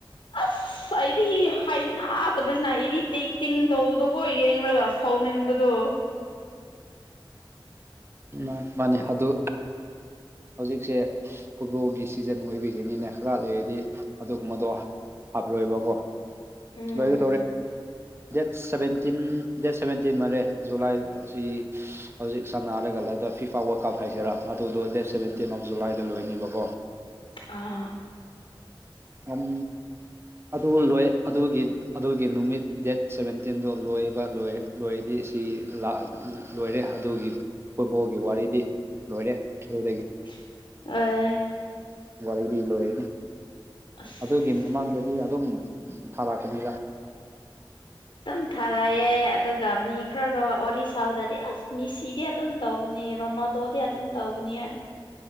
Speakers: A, on the left; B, on the right.
A: ꯑꯁ ꯑꯩꯗꯤ ꯍꯅꯥꯗꯕꯁꯤꯅ ꯑꯩꯗꯤ ꯇꯩ ꯇꯤꯡ ꯇꯧꯕꯗꯣꯒꯣ ꯌꯦꯡꯂꯒ ꯁꯧꯎꯅꯤꯡꯕꯗꯣ
B: ꯃꯥꯅꯦ ꯃꯥꯅꯦ ꯑꯗꯨ ꯍꯧꯖꯤꯛꯁꯦ ꯐꯨꯠꯕꯣꯜꯒꯤ ꯁꯤꯖꯟ ꯑꯣꯏꯕꯤꯒꯅꯤꯅꯦ ꯈꯔ ꯂꯩꯔꯗꯤ ꯑꯗꯨꯒꯨꯝꯕꯗꯣ ꯍꯥꯞꯂꯣꯏꯕꯀꯣ
A: ꯎꯝ
B: ꯑꯗꯨꯒ ꯇꯧꯔꯦ ꯗꯦꯠ ꯁꯚꯦꯟꯇꯤꯟ ꯗꯦꯠ ꯁꯚꯦꯟꯇꯤꯟ ꯃꯥꯜꯂꯦ ꯖꯨꯂꯥꯏ ꯑꯁꯤ ꯍꯧꯖꯤꯛ ꯁꯥꯟꯅ ꯒꯂꯗ ꯐꯤꯐꯥ ꯋꯔ ꯀꯞ ꯍꯥꯏꯁꯤꯔꯥ ꯑꯗꯨꯗꯣ ꯗꯦꯠ ꯁꯕꯦꯟꯇꯤꯟ ꯑꯣꯐ ꯖꯨꯂꯥꯏꯗ ꯂꯣꯏꯅꯤꯕꯀꯣ
A: ꯑꯥ
B: ꯎꯝ ꯑꯗꯨ ꯂꯣꯏ ꯑꯗꯨꯒꯤ ꯑꯗꯨꯒꯤ ꯅꯨꯃꯤꯠ ꯗꯦꯠ ꯁꯕꯦꯟꯇꯤꯟꯗꯣ ꯂꯣꯏꯕ ꯂꯣꯏ ꯂꯣꯏꯔꯗꯤ ꯁꯤ ꯂꯥꯛ ꯂꯣꯏꯔꯦ ꯑꯗꯨꯒꯤ ꯐꯨꯠꯕꯣꯜꯒꯤ ꯋꯥꯔꯤꯗꯤ ꯂꯣꯏꯔꯦ ꯑꯗꯨꯗꯒꯤ
A: <unintelligible>
B: ꯋꯥꯔꯤꯗꯤ ꯂꯣꯏꯔꯅꯤ
A: ꯑꯁ
B: ꯑꯗꯨꯒꯤ ꯃꯃꯥꯡꯗꯗꯤ ꯑꯗꯨꯝ ꯊꯥꯔꯛꯀꯅꯤꯗ
A: ꯑꯗꯨꯝ ꯊꯥꯔꯛꯑꯦ ꯑꯗꯨꯒ ꯃꯤ ꯈꯔ ꯋꯥꯔꯤ ꯁꯥꯕꯗꯗꯤ ꯑꯁ ꯃꯤ ꯁꯤꯗꯤ ꯑꯗꯨꯝ ꯇꯧꯕꯅꯤ ꯔꯣꯅꯥꯗꯣꯗꯤ ꯑꯗꯨꯝ ꯇꯧꯕꯅꯤ ꯍꯥꯏꯅ